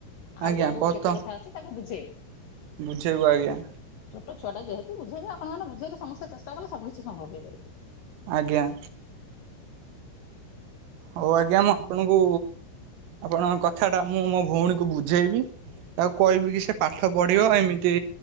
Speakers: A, on the left; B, on the right.
A: ଆହୁରି
B: ଆଜ୍ଞା
A: ଆଗକୁ
B: ବହୁତ
A: କେତେ କଥା ଅଛି ତାକୁ ବୁଝେଇବେ।
B: ବୁଝେଇବୁ ଆଜ୍ଞା।
A: ଛୋଟ ଛୁଆଟା ଯେହେତୁ ବୁଝେଇବେ ଆପଣମାନେ ବୁଝେଇଲେ ସମସ୍ତେ ଚେଷ୍ଟା କଲେ ସବୁ କିଛି ସମ୍ଭବ ହେଇପାରିବ।
B: ଆଜ୍ଞା। ହଉ ଆଜ୍ଞା ମୁଁ ଆପଣଙ୍କୁ ଆପଣଙ୍କ କଥାଟା ମୁଁ ମୋ ଭଉଣୀକୁ ବୁଝେଇବି। ତାକୁ କହିବି କି ସେ ପାଠ ପଢିବ ଏମିତି